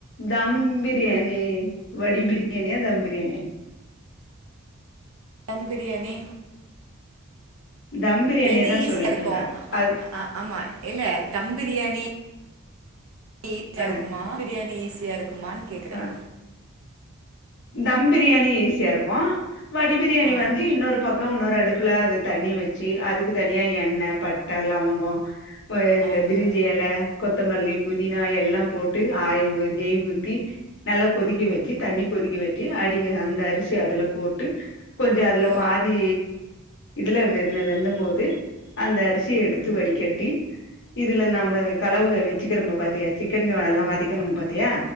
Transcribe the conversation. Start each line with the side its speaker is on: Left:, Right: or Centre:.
Left: தம் பிரியாணி வடி பிரியாணியா தம் பிரியாணியா
Right: தம் பிரியாணி
Left: தம் பிரியாணிய
Right: எது
Left: தான்
Right: ஈஸியா
Left: சொல்லிட்டு
Right: இருக்கு
Left: இருக்கேன்
Right: அ
Left: அது
Right: அ ஆமா இல்ல தம் பிரியாணி ஈஸியா
Left: ஆ
Right: இருக்குமா பிரியாணி ஈஸியா ஈஸியா இருக் குமான்னு கேட்குறேன்
Left: ஆ தம் பிரியாணி ஈஸியா இருக்கு வடி பிரியாணி
Right: ஆ
Left: வந்து இன்னொரு பக்க இன்னொரு அடுப்பு தப்புல அது தண்ணி வச்சு அதுக்கு தனியா எண்ணெய் பட்ட லவங்க இந்த
Right: ஆமா
Left: பிரிஞ்சியல கொத்தமல்லி புதினா எல்லா போட்டு ஆயில் நெய் ஊத்தி நல்லா கொதிக்க வச்சி தண்ணி கொதிக்க வச்சிஅடி அந்த அரிசி அதுல போட்டு கொஞ்ச அதுல
Right: ஓ
Left: பாதி இதுல வெந்த வெந்தும் போது அந்த அரிசிய எடுத்து வடிகட்டி இதுல நம்ம கலவுக வச்சுக்கிறம்பம பாத்தியா சிக்கன எல்லாம் வதிக்கண பார்த்தியா